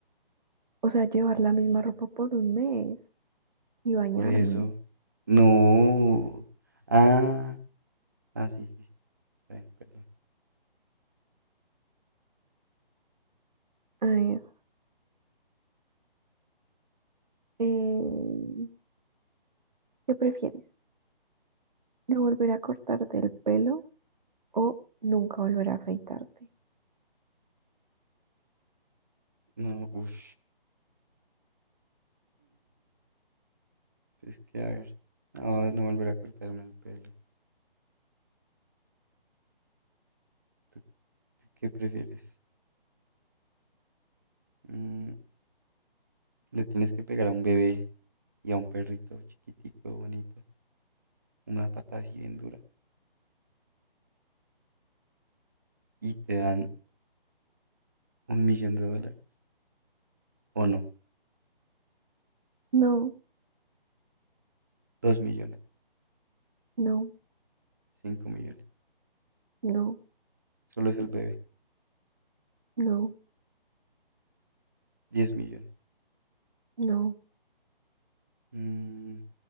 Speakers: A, on the right; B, on the right.
A: O sea, llevar
B: Dios
A: la misma
B: mío.
A: ropa por un mes y bañarme.
B: Por eso. No. Ah, ah, sí, sí, sí, está bien, perdón.
A: A ver, eh, ¿qué prefieres? No volver a cortarte el pelo o nunca volver a afeitarte.
B: No, uff. es que a ver. No, no volver a cortarme el pelo. ¿Tú- tú qué prefieres? Mm, le tienes que pegar a un bebé y a un perrito chiquitico, bonito. una patada así bien dura y te dan un millón de dólares. O no,
A: No,
B: dos millones,
A: no,
B: cinco millones.
A: no,
B: Solo es el bebé,
A: no,
B: diez millones.
A: no.
B: Mm,